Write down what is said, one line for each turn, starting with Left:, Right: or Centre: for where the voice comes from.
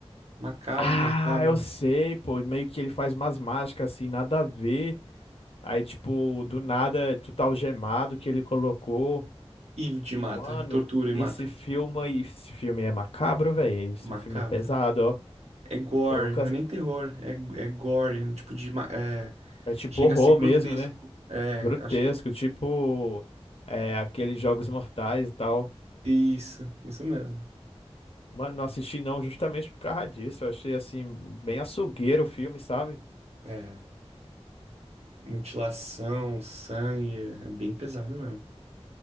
Right: Macabro,
Left: Ah,
Right: macabro.
Left: eu sei, pô, meio que ele faz umas mágicas assim, nada a ver. Aí, tipo, do nada, tu tá algemado que ele colocou.
Right: E de mata,
Left: Mano,
Right: e tortura e
Left: esse
Right: mata.
Left: filme, aí- esse filme é macabro, velho. Esse
Right: Macabro.
Left: filme é pesado, ó.
Right: É gore,
Left: Eu nunca.
Right: não é nem terror, é, é gore, né? tipo de. ma- É,
Left: É tipo
Right: chega
Left: horror
Right: a ser grotesco.
Left: mesmo, né?
Right: É,
Left: Grotesco,
Right: acho que.
Left: tipo, é, aqueles Jogos Mortais e tal.
Right: Isso, isso mesmo.
Left: Mano, não assisti não, justamente por causa disso. Eu achei, assim, bem açougueiro o filme, sabe?
Right: É, mutilação, sangue, é bem pesado mesmo.